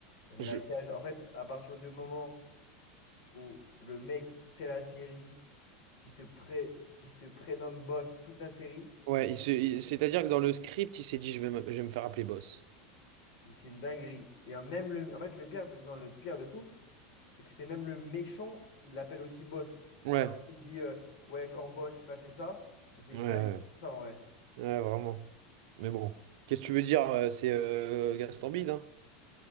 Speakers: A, on the left (about 65°); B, on the right (about 60°).
A: Non, Mais
B: Je-
A: la cage, en fait, à partir du moment où le mec qui fait la série, qui se pré... qui se prénomme boss toute la série,
B: Ouais, il se- il- c'est-à-dire que dans le script, il s'est dit, je vais me... je vais me faire appeler boss.
A: il- c'est une dinguerie. Et hein, même le, en fait, le pire de... non, le pire de tout, c'est que c'est même le méchant, il l'appelle aussi boss.
B: Ouais.
A: Genre, il dit, euh, ouais, quand boss, il m'a fait ça, mais c'est une
B: Ouais, ouais,
A: dinguerie, ça, en vrai.
B: ouais, vraiment. Mais bon. Qu'est-ce que tu veux dire? euh, C'est euh, Gaston Bide, hein?